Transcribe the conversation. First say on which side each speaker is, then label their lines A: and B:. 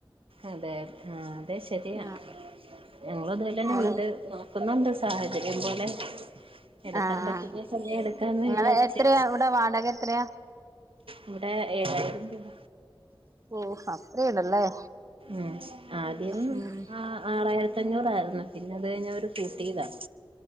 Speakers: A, on the right; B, on the right.
A: അതെ ആഹ് അതെ ശരിയാ
B: ആഹ്
A: ഞങ്ങള് അതുപോലെന്നെ
B: ആഹ്
A: വീട് നോ ക്കുന്നുണ്ട് സാഹചര്യം പോലെ എടുക്കാൻ
B: ആഹ്
A: പറ്റുന്ന സമയം എടുക്കാന്ന്
B: നിങ്ങള്
A: വിചാരിച്ച്
B: എത്രയാ ഇവിടെ വാടക എത്രയാ
A: ഇവിടെ ഏഴായിരം രൂപ
B: ഓ അത്രയുണ്ടല്ലേ
A: ഉം ആദ്യം
B: ഉം
A: അ ആഹ് ആറായിരത്തി അഞ്ഞൂറായിരുന്നു പിന്നെ അത് കഴിഞ് അവര് കൂട്ടീതാ